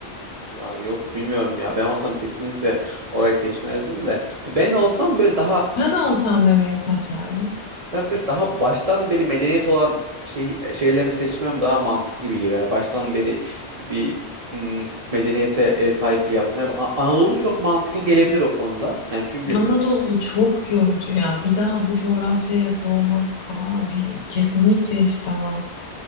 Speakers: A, on the right; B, on the left.
A: Ya yok bilmiyorum ya. Ben olsam kesinlikle orayı seçmezdim de. Ben olsam böyle daha
B: Sen olsan nereye seçerdin?
A: ben böyle daha baştan beri medeniyet olan şey şeyleri seçmem daha mantıklı gibi geliyor. Yani baştan beri bir mm, medeniyete ev sahipliği yapmış. Yani A- Anadolu çok mantıklı gelebilir o konuda. Yani çünkü
B: Anadolu çok yorucu ya. Bir daha bu coğrafyaya doğmak abi kesinlikle istemem.